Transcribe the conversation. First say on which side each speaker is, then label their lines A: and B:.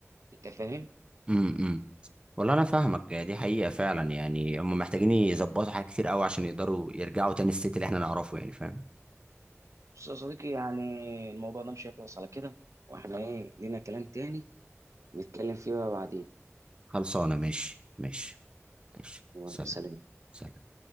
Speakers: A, on the right; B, on the right.
A: انت فاهم
B: امم والله انا فاهمك يعني دي حقيقه فعلا يعني هم محتاجين يظبطوا حاجات كتير قوي عشان يقدروا يرجعوا تاني الست اللي احنا نعرفه يعني فاهم
A: بص يا صديقي يعني الموضوع ده مش هيخلص على كده واحنا ايه لينا كلام تاني نتكلم فيه بقى بعدين
B: خلصانه ماشي ماشي ماشي
A: يلا
B: سلام
A: سلام
B: سلام